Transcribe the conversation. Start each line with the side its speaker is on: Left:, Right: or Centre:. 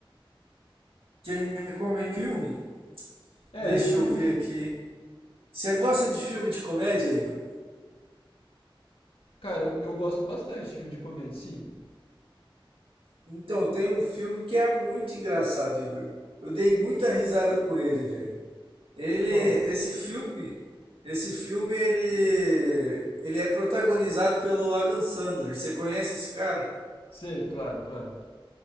Right: Te recomendo filme?
Left: É,
Right: Deixa
Left: recomenda
Right: eu ver
Left: um filme.
Right: aqui. Você gosta de filme de comédia, Igor?
Left: Cara, eu, eu gosto bastante de filme de comédia, sim.
Right: Então, tem um filme que é muito engraçado, Igor. Eu dei muita risada com ele, velho. Ele,
Left: Qual?
Right: esse filme, esse filme ele, ele é protagonizado pelo Adam Sandler. Você conhece esse cara?
Left: Sei, claro, claro.